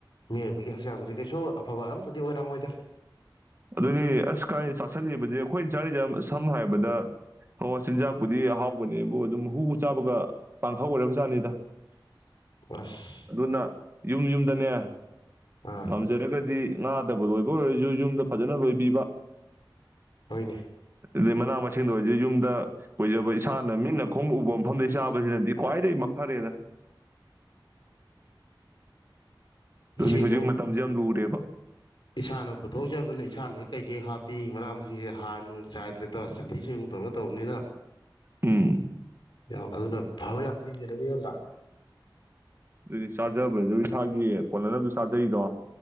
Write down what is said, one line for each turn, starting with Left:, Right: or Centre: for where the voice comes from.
Left: ꯃꯤꯑꯣꯏꯕꯒꯤ ꯍꯛꯆꯥꯡꯁꯨ ꯀꯩꯁꯨ ꯑꯐꯕ ꯑꯃꯇꯗꯤ ꯑꯣꯏꯔꯝꯃꯣꯏꯗ
Right: ꯑꯗꯨꯅꯤ ꯑꯁ ꯀꯥꯏ ꯆꯥꯥꯁꯜꯂꯤꯕꯗꯤ ꯑꯩꯈꯣꯏꯅ ꯆꯥꯔꯤꯗ ꯁꯝꯅ ꯍꯥꯏꯔꯕꯗ ꯍ ꯆꯤꯟꯖꯥꯛꯄꯨꯗꯤ ꯑꯍꯥꯎꯕꯅꯦꯕꯨ ꯑꯗꯨꯝ ꯍꯨ ꯆꯥꯕꯒ ꯄꯥꯡꯈꯛ ꯑꯣꯏꯔꯕꯖꯥꯠꯅꯤꯗ
Left: ꯑꯁ
Right: ꯑꯗꯨꯅ ꯌꯨꯝ ꯌꯨꯝꯗꯅꯦ
Left: ꯑꯥ
Right: ꯉꯝꯖꯔꯒꯗꯤ ꯉꯥꯗꯕ ꯂꯣꯏꯕ ꯂꯣꯏꯕ ꯑꯣꯏꯔꯁꯨ ꯌꯨꯝꯗ ꯐꯖꯅ ꯂꯣꯏꯕꯤꯕ
Left: ꯍꯣꯏꯅꯦ
Right: ꯃꯅꯥ ꯃꯁꯤꯡ ꯁꯤ ꯂꯣꯏꯗꯤ ꯌꯨꯝꯗ ꯀꯣꯏꯖꯕ ꯏꯁꯥꯅ ꯃꯤꯅ ꯈꯣꯡ ꯎꯕ ꯃꯐꯝꯗ ꯆꯥꯕ ꯁꯤꯅꯗꯤ ꯈ꯭ꯋꯥꯏꯗꯒꯤ ꯐꯔꯦꯗ ꯑꯗꯨꯅꯤ
Left: ꯁꯤꯃꯨꯛ
Right: ꯍꯧꯖꯤꯛ ꯃꯇꯝꯁꯦ ꯌꯥꯝ ꯂꯨꯔꯦꯕ
Left: ꯏꯁꯥꯅ ꯄꯨꯊꯣꯛꯆꯕꯅ ꯏꯁꯥꯅ ꯍꯦꯛ ꯀꯩ ꯀꯩ ꯍꯥꯞꯄꯤ ꯃꯅꯥ ꯃꯁꯤꯡꯁꯦ ꯍꯥꯔ ꯅꯨꯡ ꯆꯥꯏꯗ꯭ꯔꯦ ꯇ ꯁꯟꯊꯤ ꯆꯦꯡ ꯇꯧꯔ ꯇꯧꯕꯅꯤꯅ
Right: ꯎꯝ
Left: ꯌꯥꯝ ꯑꯗꯨꯅ ꯐꯕ ꯌꯥꯝ ꯊꯤ ꯍꯦꯟꯂꯅꯤ ꯅꯠꯇ꯭ꯔꯥ
Right: ꯑꯗꯨꯗꯤ ꯆꯥꯖꯕꯁꯨ ꯏꯁꯥꯒꯤ ꯀꯣꯟꯅꯅꯕ ꯆꯥꯖꯩꯗꯣ